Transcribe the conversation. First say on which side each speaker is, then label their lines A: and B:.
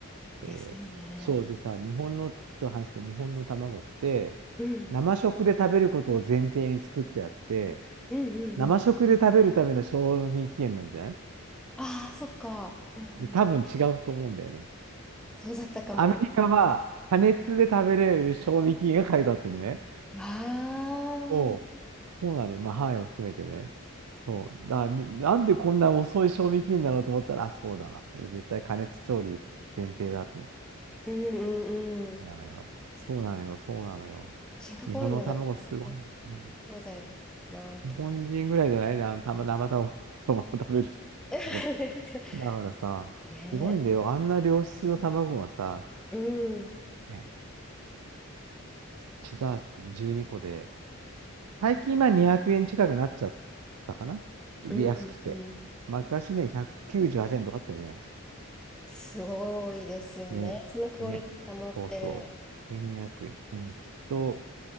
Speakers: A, in the centre; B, on the right.
A: ですよね。
B: えー、そうでさ、日本の、ちょっと話すけど、日本の卵って、
A: うん。
B: 生食で食べることを前提に作ってあって、
A: うんうんうん。
B: 生食で食べるための賞味期限なんじゃない
A: ああ、そっか。うんうん。
B: で、多分違うと思うんだよね。
A: そうだったかも。
B: アメリカは、加熱で食べれる賞味期限が書いてあってね。
A: ああ、
B: そう。
A: うん
B: そうなのよ。まあ、範囲を含めてね。そう。だから、みなんでこんな遅い賞味期限なのと思ったら、あ、そうだ。これ絶対加熱調理前提だと思って。
A: うんうん。
B: そうなのよ。そうなのよ。そうなのよ。
A: シンガポールもでもきっと、
B: 日本の卵すごい。うん
A: そうだよなぁと。
B: 日本人ぐらいじゃないな、あの、たま、生卵、そのまま食べる人。
A: <laughs> ですよ
B: そうだからさ、
A: ね
B: すごいんだよ。あんな良質の卵がさ、
A: え。うん。うん
B: ね、1ダース12個で、最近今200円近くなっちゃったかなで、
A: うんうん。
B: 安くて。昔ね、198円とかあったよね。
A: すごいですよね。
B: ね、
A: そのクオリティ保って、
B: ね、そうそう。1200円。うん、きっと、
A: うん